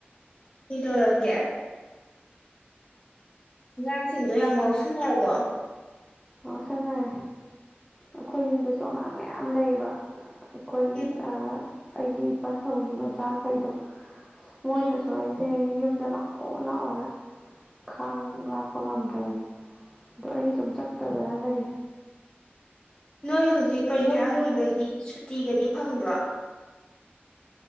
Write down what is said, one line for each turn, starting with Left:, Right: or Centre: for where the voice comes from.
Left: ꯁꯤꯗꯧꯔꯒꯌꯥ ꯑꯉꯥꯡꯁꯤꯡꯗꯣ ꯌꯥꯝ ꯉꯥꯎꯁꯟꯅꯔꯕꯣ
Centre: ꯑ ꯁꯝꯅꯔꯦ ꯑꯩꯈꯣꯏ ꯌꯨꯝꯗꯁꯨ ꯑꯉꯥꯡ ꯃꯌꯥꯝ ꯂꯩꯕ ꯑꯩꯈꯣꯏ
Left: ꯎꯝ
Centre: ꯑꯩꯒꯤ ꯏ ꯄꯟꯊꯧꯒꯤ ꯃꯆꯥꯈꯩꯗꯣ ꯑꯁ ꯃꯣꯏꯅꯁꯨ
Left: ꯎꯝ
Centre: ꯑꯩꯁꯦ ꯌꯨꯝꯗ ꯂꯥꯛꯑꯣ ꯂꯥꯛꯑꯣꯅ ꯈꯪ ꯂꯥꯛꯄ ꯉꯝꯗꯦ ꯑꯗꯣ ꯑꯩ ꯁꯨꯝ ꯆꯠꯇꯗꯅ ꯂꯩ
Left: ꯅꯣꯏ ꯍꯧꯖꯤꯛ ꯄꯔꯤꯈ꯭ꯌꯥ
Centre: ꯅꯣꯏꯁꯨ
Left: ꯂꯣꯏꯕꯒꯤ ꯁꯨꯇꯤꯒꯗꯤ ꯐꯪꯕ꯭ꯔꯣ